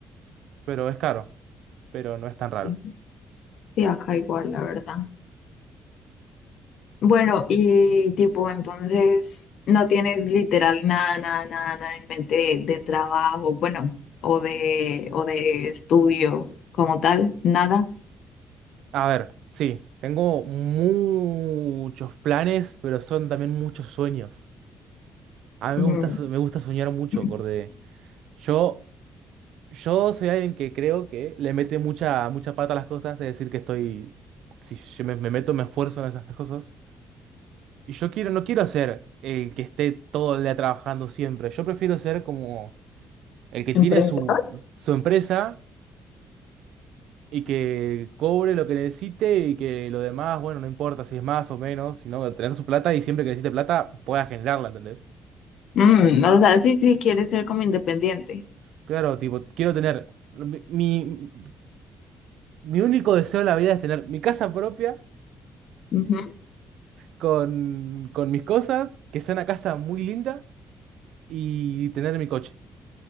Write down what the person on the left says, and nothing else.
Sí, sí, acá igual, la verdad. Bueno, y tipo, entonces no tienes literal nada, nada, nada, nada en mente de, de trabajo, bueno, o de, o de estudio como tal, nada.
Mm,
<clears throat>
¿Emprendedor?
Mm, o sea, sí, sí, quieres ser como independiente.
Ujú.